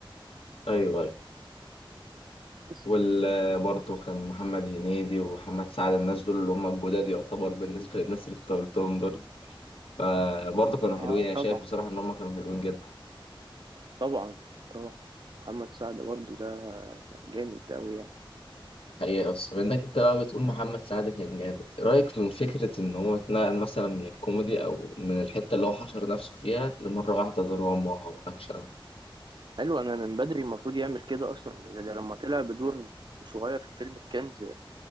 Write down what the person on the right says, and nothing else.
بس
آه
طبعا
طبعا طبعا محمد سعد برضو ده جامد أوي يعني
حلو انا من بدري المفروض يعمل كده اصلا ده ده لما طلع بدور صغير في فيلم الكنز